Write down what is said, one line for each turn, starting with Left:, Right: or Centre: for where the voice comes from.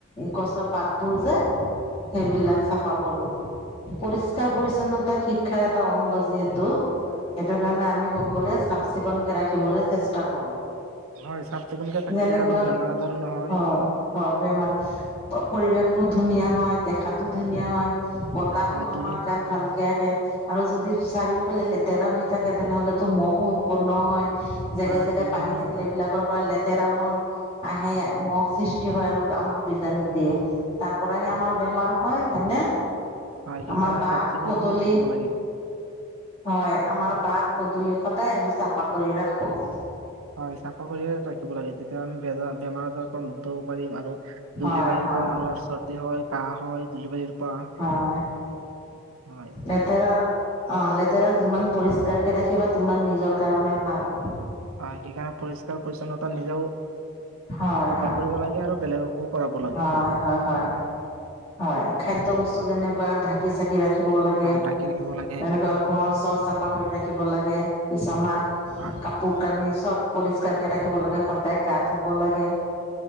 Left: গছৰ পাতবোৰ যে সেইবিলাক
Right: হয়
Left: চাফা কৰোঁ। পৰিস্কাৰ পৰিচ্ছন্নতা শিক্ষাৰ এটা অংগ যিহেতু, সেইটো কাৰণে আমি সকলোৱে চাফ চিকুনকে ৰাখিবলৈ চেষ্টা কৰো।
Right: হয় চাফ চিকুণকে থাকিলে
Left: যেনেকুৱা
Right: আৰু বেমাৰ আজাৰো নহয়
Left: হয় হয় বেমাৰ পৰিৱেশতটো ধুনীয়া হয় দেখাত ধুনীয়া হয় বতাহো
Right: হয়
Left: আমাৰ
Right: ধূলি
Left: গাত ভালকে <unintelligible> আৰু যদি চাৰিওফালে লেতেৰা হৈ থাকে তেনেহ'লে তো মহো উৎপন্ন হয়। জেগাই
Right: সাৰ
Left: জেগাই
Right: বিভিন্ন
Left: পানী থাকিলে
Right: প্ৰ-
Left: এইবিলাকৰ পৰা লেত <unintelligible> মই আহে মই অফিছ <unintelligible> হয় আৰু আমাক বীজাণু দিয়ে তাৰ পৰাহে আমাৰ বেমাৰ হয় হয়নে
Right: হয় সেইকাৰণে
Left: আমাৰ বাট
Right: চাফ চিকুণ
Left: পদূলি
Right: কৰি থাকিব লাগে
Left: হয় আমাৰ বাট পদলি সদায় আমি চাফা কৰি ৰাখো
Right: হয় চাফা কৰিয়ে ৰাখিব লাগে তেতিয়া আমি বেজাৰ বেমাৰ আজাৰৰ পৰা মুক্ত হ'ব পাৰিম আৰু ধূলি
Left: হয়
Right: বালিৰ
Left: হয়
Right: পৰা মানুহৰ চৰ্দি হয় কাহ হয় ধুলি বালিৰ পৰা
Left: হয়
Right: হয়
Left: লেতেৰা অ লেতেৰা যিমান পৰিষ্কাৰকে ৰাখিবা তিমান নিজৰ কাৰণে ভাল
Right: হয় সেইকাৰণে পৰিষ্কাৰ পৰিচ্ছন্নতা নিজেও
Left: হয়,
Right: অভ্যাস
Left: হয়,
Right: কৰিব লাগে আৰু বেলেগকো কৰাব লাগে
Left: হয় হয় হয় হয় খাদ্য বস্তু যেনেকুৱা <unintelligible> ৰাখিবও লাগে,
Right: বা ঢাকি ৰাখিব লাগে
Left: তেনেকুৱা ঘৰ চৰ চাফা কৰি ৰাখিব লাগে। বিসমা
Right: হয়
Left: কাপোৰ কানি চব। পৰিষ্কাৰকে ৰাখিব লাগে, সদায় গা-ধুব লাগে।